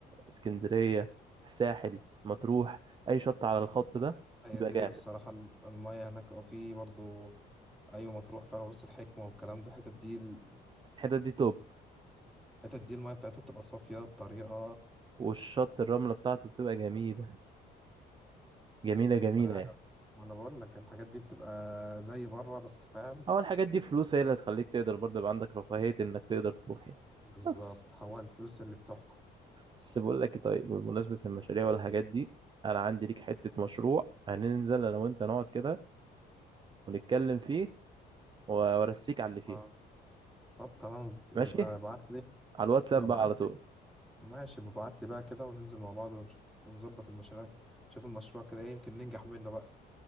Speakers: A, on the right; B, in the centre.
A: اسكندريه الساحل مطروح اي شط على الخط ده
B: هي
A: بيبقى
B: دي
A: جامد
B: بصراحة ال- المية هناك او في برضو ايوه مطروح فعلا راس الحكمة والكلام ده الحتت دي ال-
A: الحتت دي توب
B: الحتت دي المية بتاعتها بتبقى صافية بطريقة
A: والشط الرمله بتاعته بتبقى جميله جميله جميله
B: ما انا عا-
A: يعني
B: ما انا بقول لك الحاجات دي بتبقى زي بره بس فاهم
A: اول الحاجات دي فلوس هي اللي هتخليك تقدر برضه يبقى عندك رفاهيه انك تقدر تروح يعني
B: بالظبط
A: بس
B: هو الفلوس اللي بتحكم
A: بس بقول لك إيه، طيب بمناسبة المشاريع والحاجات دي أنا عندي ليك حتة مشروع هننزل أنا وأنت نقعد كده ونتكلم فيه وأرسيك على اللي فيه
B: اه طب تمام نبقى
A: ماشي
B: ابعت لي
A: على الواتساب
B: ابعت
A: بقى على طول
B: لي ماشي ببعت لي بقى كده وننزل مع بعض ونشوف ونظبط المشاريع نشوف المشروع كده ايه يمكن ننجح منه بقى